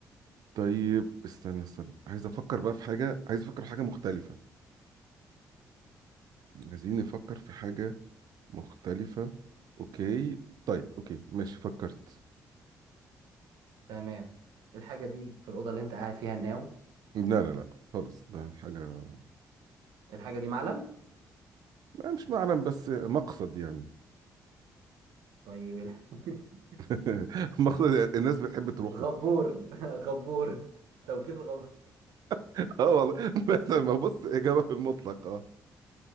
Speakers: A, on the right (about 75°); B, on the right (about 85°).
A: طيب استنى استنى عايز افكر بقى في حاجة عايز افكر في حاجة مختلفة عايزين نفكر في حاجة مختلفة اوكي طيب اوكي ماشي فكرت
B: تمام الحاجة دي في الأوضة اللي انت قاعد فيها الناو
A: لا لا لا خالص ده حاجة
B: الحاجة دي معلم
A: ما مش معلم بس مقصد يعني
B: طيب الح- <laughs>
A: <laughs> مقصد الناس بتحب تروحه
B: غبور <laughs> غبور توكيل غبور
A: <laughs> اه والله بس ما بص إجابة في المطلق اه